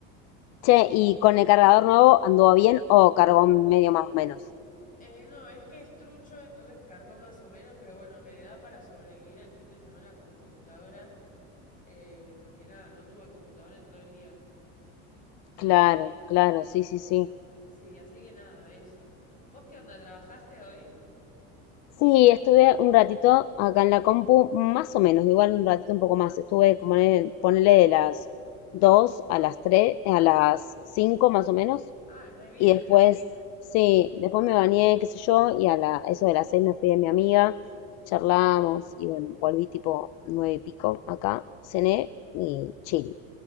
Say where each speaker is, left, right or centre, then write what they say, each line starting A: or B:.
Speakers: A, on the left; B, on the left.
A: Che, ¿y con el cargador nuevo anduvo bien o cargó medio más o menos?
B: Eh, no, es que es trucho, entonces cargó más o menos, pero bueno, me da para sobrevivir el fin de semana con computadora, eh, porque nada, no tuve computadora en todo el día.
A: Claro, claro,
B: Eh,
A: sí, sí, sí.
B: sí, así que nada, eso. ¿Vos qué onda? ¿Trabajaste hoy?
A: Sí, estuve un ratito acá en la compu, más o menos, igual un ratito un poco más. Estuve como en- el- ponele de las 2 a las 3, a las 5 más o menos.
B: Ah, re bien.
A: Y después, sí, después me bañé, qué sé yo, y a la, eso de las 6 me fui de mi amiga, charlamos y bueno, volví tipo 9 y pico acá, cené y chill.